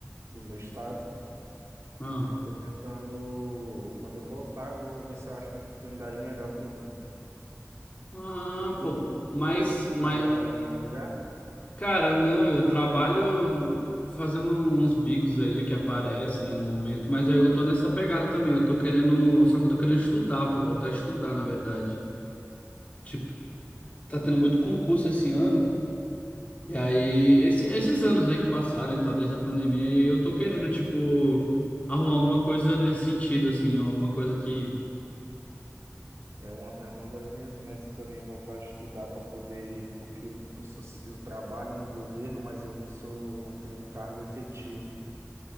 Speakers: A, on the right (about 65°); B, on the left (about 25°).
A: do meu estado.
B: Ah.
A: Aí tô tentando, quando eu voltar, eu vou ver se eu acho uma oportunidade melhor pra mim.
B: Ah,
A: E tu,
B: pô, mas,
A: e tu
B: mas,
A: tá trabalhando em algum lugar?
B: cara, não, eu trabalho fazendo uns bicos aí que aparece, né, no momento, mas aí eu tô nessa pegada também, eu tô querendo, só que eu tô querendo estudar, pô, voltar a estudar, na verdade. Tipo, tá tendo muito concurso esse ano, e aí, esse- esses anos, né, que passaram e tal, desde a pandemia, e eu tô querendo, tipo, arrumar alguma coisa nesse sentido, assim, alguma coisa que...
A: É uma, é uma das minhas metas também voltar a estudar para poder, porque eu, eu sou, eu trabalho no governo, mas eu não sou, não tenho um cargo efetivo.